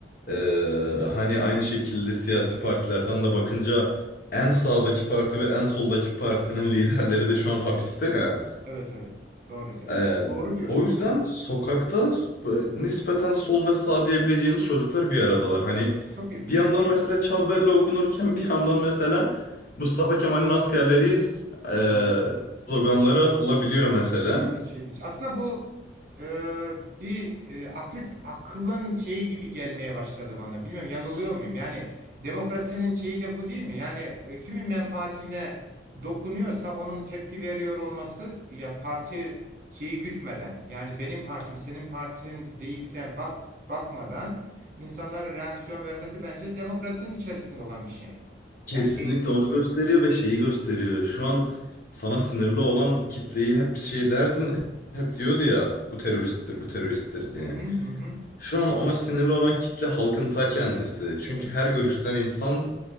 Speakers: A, on the left; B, on the right.
A: Ee, hani aynı şekilde siyasi partilerden de bakınca en sağdaki parti ve en soldaki partinin liderleri de şu an hapiste ya.
B: Evet, evet. Doğru diyor.
A: Ee,
B: Doğru diyorsun.
A: o yüzden
B: Evet.
A: sokakta s- nispeten sol ve sağ diyebileceğimiz çocuklar bir aradalar. Hani
B: Çok ilginç,
A: bir yandan
B: değil mi?
A: mesela Çavbelle okunurken bir yandan mesela Mustafa Kemal'in askerleriyiz ee,
B: Anladım.
A: sloganları atılabiliyor mesela.
B: İlginç, ilginç. Aslında bu e, bir e, aklı, aklın şeyi gibi gelmeye başladı bana. Bilmiyorum yanılıyor muyum? Yani demokrasinin şeyi de bu değil mi? Yani e, kimin menfaatine dokunuyorsa onun tepki veriyor olması yani parti şeyi gütmeden yani benim partim senin partin deyip de bak bakmadan insanların reaksiyon vermesi bence demokrasinin içerisinde olan bir şey.
A: Kesinlikle
B: Yani e,
A: onu gösteriyor ve şeyi gösteriyor. Şu an sana sinirli olan kitleyi hep şey derdin, hep diyordu ya bu teröristtir, bu teröristtir
B: hı
A: diye.
B: hı hı. hı.
A: Şu an ona sinirli olan kitle halkın ta kendisi. Çünkü
B: Evet.
A: her görüşten insan